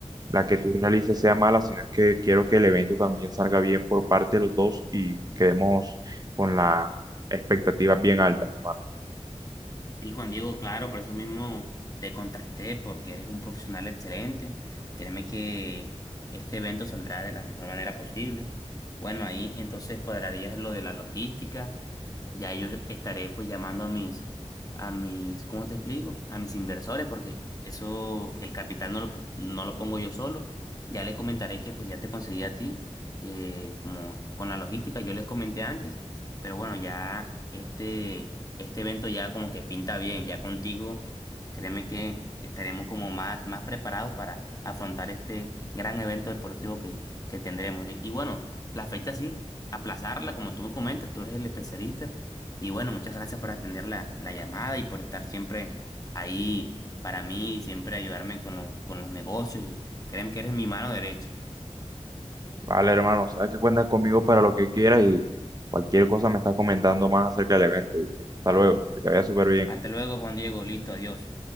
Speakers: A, on the right; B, on the left.
A: la que tú realices sea mala, sino es que quiero que el evento también salga bien por parte de los dos y quedemos con las expectativas bien altas, hermano.
B: Sí, Juan Diego, claro, por eso mismo te contacté, porque eres un profesional excelente. Créeme que este evento saldrá de la mejor manera posible. Bueno, ahí entonces cuadrarías lo de la logística, ya yo estaré pues llamando a mis, a mis, ¿cómo te explico? A mis inversores porque eso, el capital no lo, pu- no lo pongo yo solo. Ya le comentaré que pues ya te conseguí a ti, eh, como con la logística, yo les comenté antes, pero bueno, ya este, este evento ya como que pinta bien, ya contigo, créeme que estaremos como más, más preparados para afrontar este gran evento deportivo que, que tendremos. y y bueno, la fecha sí aplazarla, como tú me comentas, tú eres el especialista. Y bueno, muchas gracias por atender la, la llamada y por estar siempre ahí para mí, siempre ayudarme con los, con los negocios y créeme que eres mi mano derecha.
A: Vale, hermano, sabes que cuentas conmigo para lo que quieras y cualquier cosa me estás comentando más acerca del evento, ¿viste? Hasta luego, que te vaya súper bien.
B: Hasta luego, Juan Diego. Listo, adiós.